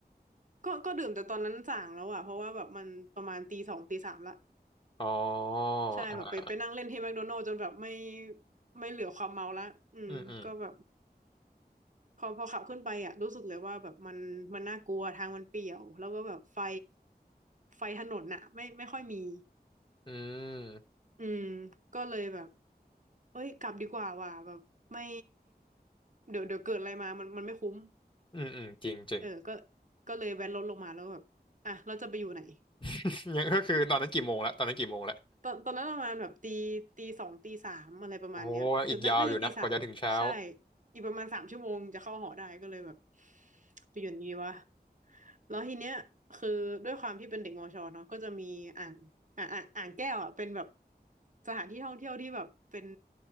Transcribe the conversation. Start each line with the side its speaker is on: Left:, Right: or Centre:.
Right: ก็ก็ดื่มแต่ตอนนั้นส่างแล้วอะเพราะว่าแบบมันประมาณตีสองตีสามละ
Left: อ๋ออ่า
Right: ใช่แบบไปไปนั่งเล่นที่แมคโดนัลด์จนแบบไม่ไม่เหลือความเมาละอืมก็แบบ
Left: อืมอืม
Right: พอพอขับขึ้นไปอ่ะรู้สึกเลยว่าแบบมันมันน่ากลัวทางมันเปี่ยวแล้วก็แบบไฟไฟถนนน่ะไม่ไม่ค่อยมี
Left: อืม
Right: อืมก็เลยแบบเอ้ยกลับดีกว่าว่ะแบบไม่เดี๋ยวเดี๋ยวเกิดอะไรมามันมันไม่คุ้ม
Left: อืมอืมจริงจริง
Right: เออก็ก็เลยแวนรถลงมาแล้วแบบอ่ะเราจะไปอยู่ไหน
Left: <laughs> ยังก็คือตอนนั้นกี่โมงละตอนนั้นกี่โมงละ
Right: ตอนตอนนั้นประมาณแบบตีตีสองตีสามอะไรประมาณเนี้ยเออน่าน่าจะตีสามใช่
Left: โอ้อีกยาวอยู่นะกว่าจะถึงเช้า
Right: อีกประมาณสามชั่วโมงจะเข้าหอได้ก็เลยแบบไปอยู่ดีวะแล้วทีเนี้ยคือด้วยความที่เป็นเด็กมอชอเนาะก็จะมีอ่างอ่างอ่างอ่างแก้วอ่ะเป็นแบบสถานที่ท่องเที่ยวที่แบบเป็น